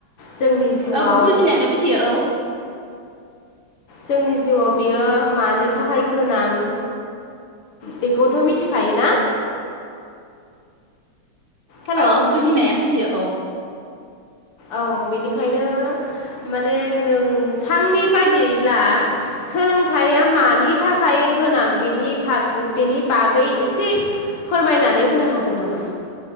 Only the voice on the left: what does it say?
जोंनि जिउआव
जोंनि जिउआव बियो मानो थाखाय गोनां बेखौथ' मिथिखायोना हेल'
औ बेनिखायनो माने नोंथांनि बादियैब्ला सोलोंथाइया मानि थाखाय गोनां बेनिफारस बेनि बागै एसे फोरमायनानै होनो हागोन नामा?